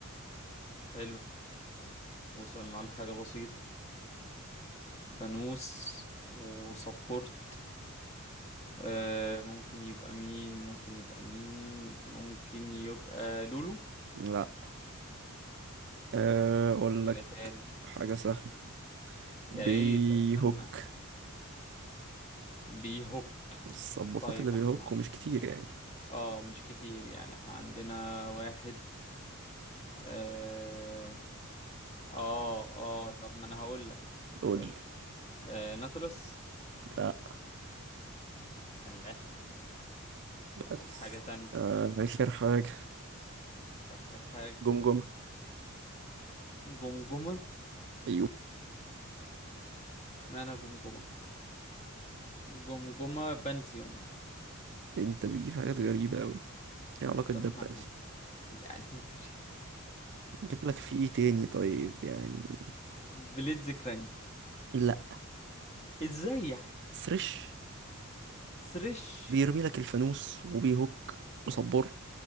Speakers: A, on the left (about 30°); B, on the right (about 55°).
A: حلو وصلنا لحاجة بسيطة فانوس وسبورت آه ممكن يبقى مين ممكن يبقى مين ممكن يبقى لولو
B: لا آه، اقول
A: حاجة
B: لك
A: تاني
B: حاجة سهلة بيهوك
A: يا ريت أتمنى بيهوك
B: السبورتات
A: طيب
B: اللي بيهوكوا
A: احنا
B: مش كتير يعني
A: اه مش كتير يعني احنا عندنا واحد آه، اه اه طب ما انا هقول لك
B: قول
A: هقول
B: لي
A: لك آه نطرس
B: لا
A: الله
B: بس
A: طب قول حاجة تانية
B: آه، آخر حاجة
A: اخر حاجة
B: جمجمة
A: جمجمة
B: أيوه
A: اشمعنى جمجمة جمجمة بنسيون
B: أنت بتجيب حاجات غريبة أوي إيه علاقة
A: طب
B: ده بألف
A: ما- يعني <laughs> مش
B: أجيب لك في إيه تاني طيب يعني
A: بليتز كرانك
B: لا
A: ازاي يعني
B: سرش
A: سريش
B: بيرمي لك الفانوس وبيهوك وصبار